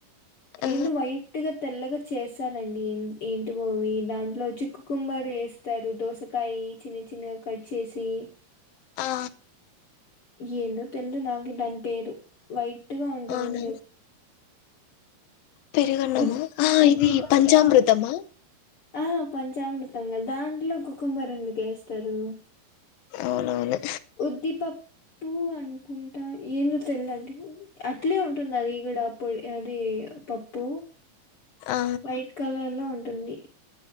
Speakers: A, on the left (about 75°); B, on the left (about 40°).
A: ఆ
B: ఏందో వైట్ గా. తెల్లగా చేస్తారండి ఏంటివో అవి దాంట్లో చిక్కు కుమ్మారు ఎస్తారు దోసకాయ చిన్న చిన్నగా కట్ చేసి.
A: ఆ
B: ఏందో తెల్దు నాకు దాని పేరు వైట్. ట్టుగా ఉంటుంది.
A: అవునా పెరుగన్నమా
B: ఉద్
A: ఆ
B: ఉద్దిపప్ప
A: ఇది పంచామృతమా.
B: ఆ పంచామృతంగా దాంట్లో కుకుంభర్ ఎందుకు వేస్తారు
A: అవునవును
B: ఉద్దీప పప్పు అనుకుంటా ఏందో తెల్దండి అట్లే ఉంటుంది అది కూడా పొడి అది పప్పు
A: ఆ
B: వైట్ కలర్లా ఉంట టుంది